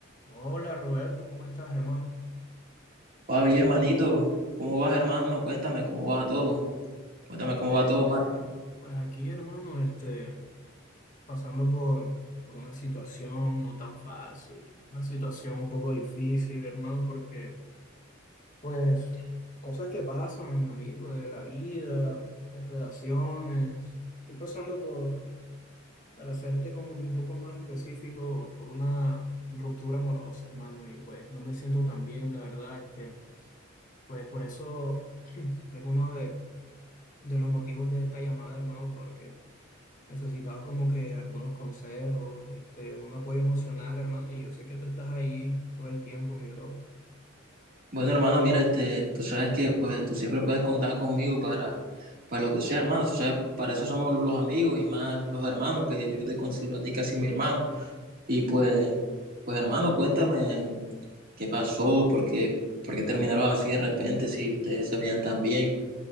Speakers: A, on the left; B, on the right.
A: Hola Roberto, ¿cómo estás, hermano?
B: Va bien, manito. ¿Cómo vas, hermano? Cuéntame cómo va todo. Cuéntame
A: Pues
B: cómo va todo, Mar.
A: pues aquí, hermano, este, pasando por, por una situación no tan fácil, una situación un poco difícil, hermano, porque, pues, cosas que pasan, amigo, de la vida, las relaciones. Estoy pasando por, para hacerte como que un poco más específico, por una ruptura amorosa, hermano, y pues no me siento tan bien, la verdad, este, pues por eso <clears throat> es uno de de los motivos de esta llamada, hermano, porque necesitaba como que algunos consejos, este, un apoyo emocional, hermano, y yo sé que tú estás ahí todo el tiempo, mi bro.
B: Bueno, hermano, mira, este, tú sabes que pues tú siempre puedes contar conmigo para, para lo que sea, hermano. Tú sabes, para eso somos los amigos y más los hermanos, que yo te considero a ti casi mi hermano. Y pues, pues hermano, cuéntame qué pasó, por qué, por qué terminaron así de repente, si ustedes se veían tan bien.